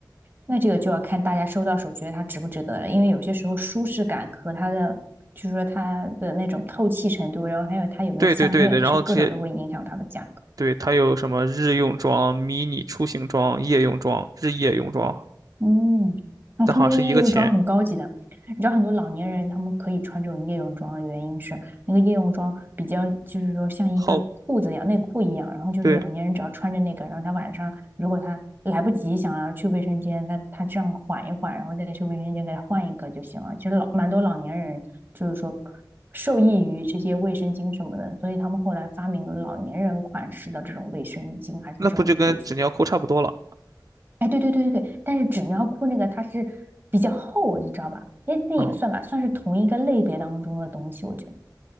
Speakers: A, on the right; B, on the right.
A: 那这个就要看大家收到手觉得它值不值得了，因为有些时候舒适感和它的，就是说它的那种透气程度，然后还有它有没有香味，
B: 对对对对，然后这些
A: 这各种都会影响它的价格。
B: 对它有什么日用装、迷你出行装、夜用装、日夜用装，
A: 嗯，哦，
B: 但好像是一个钱。
A: 他们的夜用装很高级的。你知道很多老年人他们可以穿这种夜用装的原因是，那个夜用装比较就是说像一个裤子一样，
B: 后
A: 内裤一样，然后就是老年人只要穿着那个，
B: 对，
A: 然后他晚上如果他来不及想要去卫生间，他他这样缓一缓，然后再去卫生间给他换一个就行了。其实老蛮多老年人就是说受益于这些卫生巾什么的，所以他们后来发明了老年人款式的这种卫生巾还是这种裤子。
B: 那不就跟纸尿裤差不多了？
A: 哎，对对对对对，但是纸尿裤那个它是比较厚，你知道吧？那那也算吧，
B: 啊？
A: 算是同一个类别当中的东西，我觉得。